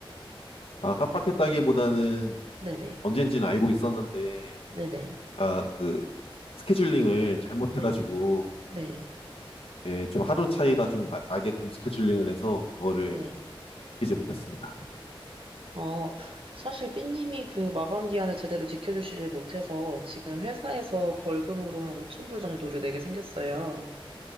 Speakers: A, on the left; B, on the right.
A: 아, 깜빡했다기보다는
B: 네네.
A: 언젠지는 알고 있었는데,
B: 네네.
A: 아, 그 스케줄링을 잘못해가지고,
B: 네. 네.
A: 예, 좀 하루 차이가 좀 나, 나게끔 스케줄링을 해서 그거를
B: 네.
A: 지키지 못했습니다.
B: 어, 사실 삐님이 그 마감 기한을 제대로 지켜주시질 못해서 지금 회사에서 벌금으로 한 5천 불 정도를 내게 생겼어요.